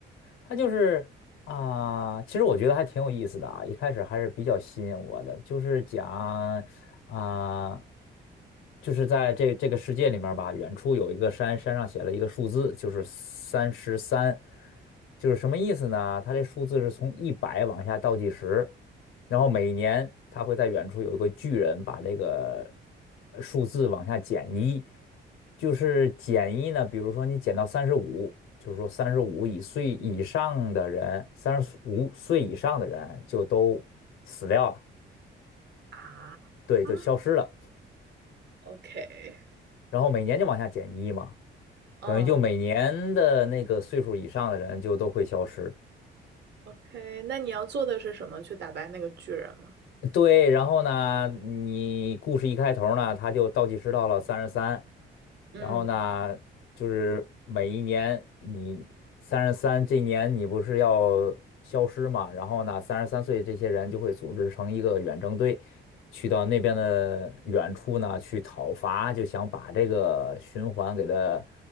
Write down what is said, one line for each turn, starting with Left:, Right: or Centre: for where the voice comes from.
Left: 它就是啊、其实我觉得还挺有意思的啊，一开始还是比较吸引我的，就是讲啊、就是在这这个世界里面吧，远处有一个山，山上写了一个数字，就是三十三，就是什么意思呢？它这数字是从一百往下倒计时，然后每年它会在远处有一个巨人把这个呃数字往下减一，就是减一呢，比如说你减到三十五。就是说三十五以岁以上的人，三十五岁以上的人就都死掉了，
Right: 啊？
Left: 对，
Right: 啊
Left: 就消失了。
Right: ，OK，
Left: 然后每年就往下减一嘛，
Right: 嗯
Left: 等于就每年的那个岁数以上的人就都会消失。
Right: ，OK，那你要做的是什么？去打败那个巨人吗？
Left: 对，然后呢，你故事一开头呢，他就倒计时到了三十三，
Right: 嗯，
Left: 然后呢，就是每一年你三十三这一年你不是要消失嘛，然后呢，三十三岁这些人就会组织成一个远征队，去到那边的远处呢去讨伐，就想把这个循环给它